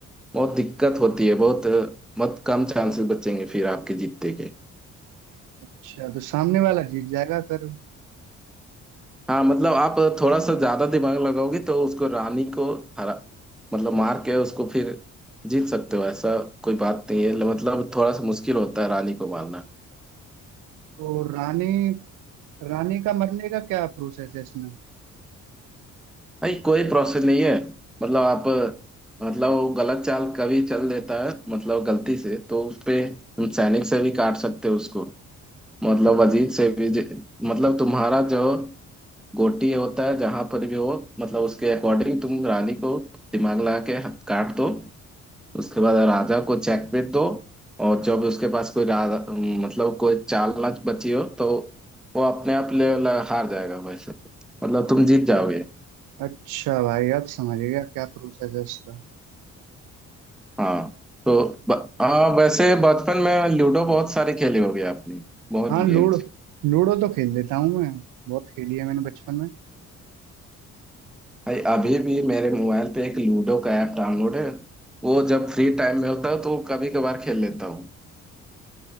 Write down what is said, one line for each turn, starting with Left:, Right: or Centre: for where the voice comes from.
Centre: बहुत दिक्कत होती है बहुत मत कम चांसेस बचेंगे फिर आपके जीतने के
Right: अच्छा तो सामने वाला जीत जाएगा फिर
Centre: हाँ मतलब आप थोड़ा सा ज्यादा दिमाग लगाओगे तो उसको रानी को हरा मतलब मार के उसको फिर जीत सकते हो ऐसा कोई बात नहीं है ल- मतलब थोड़ा सा मुश्किल होता है रानी को मारना
Right: तो रानी रानी का मरने का क्या प्रोसेस है इसमें
Centre: भाई कोई प्रोसेस नहीं है मतलब आप मतलब वो गलत चाल कभी चल देता है मतलब गलती से तो उस पे हम सैनिक से भी काट सकते हो उसको मतलब अजीत से भी जे- मतलब तुम्हारा जो गोटी होता है जहां पर भी हो मतलब उसके अकॉर्डिंग तुम रानी को दिमाग लगा के हथ- काट दो उसके बाद राजा को चेकमेट दो और जब उसके पास कोई राजा मतलब कोई चाल ना बची हो तो वो अपने आप ले ल- हार जाएगा वैसे मतलब तुम जीत जाओगे
Right: अच्छा भाई अब समझ गया क्या प्रोसेस है इसका
Centre: हाँ तो ब- हाँ वैसे बचपन में लूडो बहुत सारे खेले होगे आपने बहुत
Right: हाँ
Centre: गेम्स
Right: लूडो लूडो तो खेल लेता हूँ मैं बहुत खेली है मैंने बचपन में
Centre: भाई अभी भी मेरे मोबाइल पे एक लूडो का ऐप डाउनलोड है वो जब फ्री टाइम में होता है तो कभी कभार खेल लेता हूँ